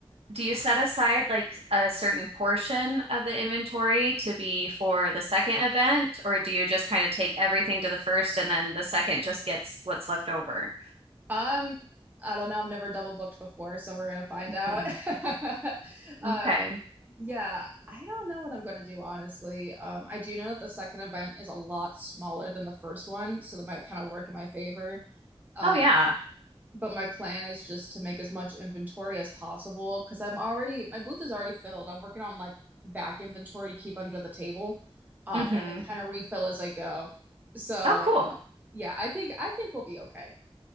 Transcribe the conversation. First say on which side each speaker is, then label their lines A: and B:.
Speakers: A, on the right; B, on the right.
A: do you set aside like a certain portion of the inventory to be for the second event, or do you just kind of take everything to the first and then the second just gets what's left over?
B: um, I don't know. I've never double booked before, so we're gonna find out.
A: Mm,
B: <laughs> Um,
A: okay.
B: yeah, I don't know what I'm gonna do, honestly. Um, I do know that the second event is a lot smaller than the first one, so that might kind of work in my favor. Uh,
A: Oh yeah.
B: but my plan is just to make as much inventory as possible because I'm already my booth is already filled. I'm working on like back inventory to keep under the table, um,
A: Mm-hmm.
B: and then kind of refill as I go. So.
A: Oh, cool.
B: Yeah, I think I think we'll be okay.